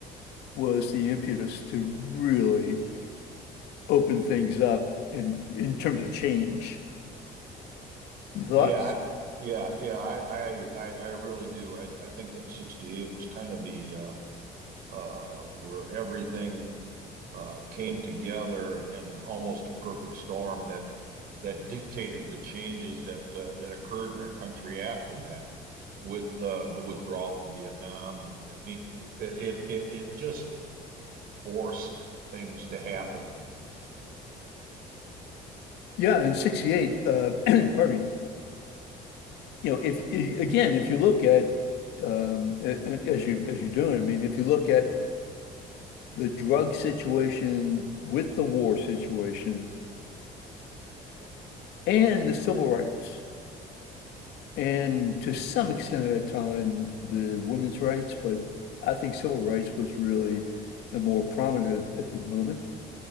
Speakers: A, on the left; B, on the right.
A: was the impetus to really open things up and in terms of change. Your thoughts?
B: Yeah, I, yeah, yeah. I, I, I, I really do. I, I think that '68 was kind of the uh, uh, where everything uh, came together in almost a perfect storm that that dictated the changes that uh, that occurred in our country after that, with uh, the withdrawal from Vietnam, and I mean, it, it, it it just forced things to happen.
A: Yeah, in 68, uh, <clears throat> pardon me, you know, if, i- again, if you look at, um, a- a- as you, as you're doing, I mean, if you look at the drug situation with the war situation and the civil rights, and to some extent at a time, the women's rights, but I think civil rights was really the more prominent at the moment.